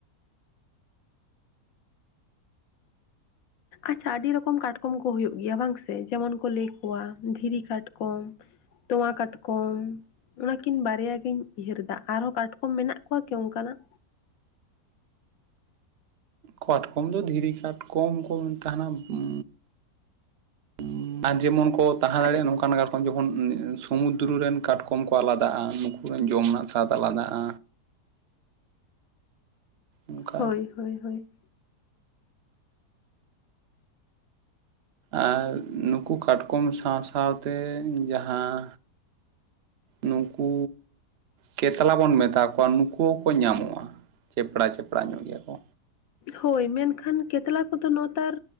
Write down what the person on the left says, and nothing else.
ᱟᱪᱪᱷᱟ ᱟᱹᱰᱤ ᱨᱚᱠᱚᱢ ᱠᱟᱴᱠᱚᱢ ᱠᱚ ᱦᱩᱭᱩᱜ ᱜᱮᱭᱟ ᱵᱟᱝ ᱥᱮ? ᱡᱮᱢᱚᱱ ᱠᱚ ᱞᱟᱹᱭ ᱠᱚᱣᱟ ᱫᱷᱤᱨᱤ ᱠᱟᱴᱠᱚᱢ, ᱛᱚᱣᱟ ᱠᱟᱴᱠᱚᱢ, ᱚᱱᱟᱠᱤᱱ ᱵᱟᱨᱭᱟᱜ ᱜᱤᱧ ᱩᱭᱦᱟᱹᱨ ᱮᱫᱟ ᱟᱨᱦᱚᱸ ᱠᱟᱴᱠᱚᱢ ᱢᱮᱱᱟᱜ ᱠᱚᱣᱟ ᱠᱤ ᱚᱱᱠᱟᱱᱟᱜ?
ᱟᱪᱪᱷᱟ
ᱦᱳᱭ ᱦᱳᱭ ᱦᱳᱭ᱾
ᱦᱳᱭ ᱢᱮᱱᱠᱷᱟᱱ ᱠᱮᱛᱞᱟ ᱠᱚᱫᱚ ᱱᱮᱛᱟᱨ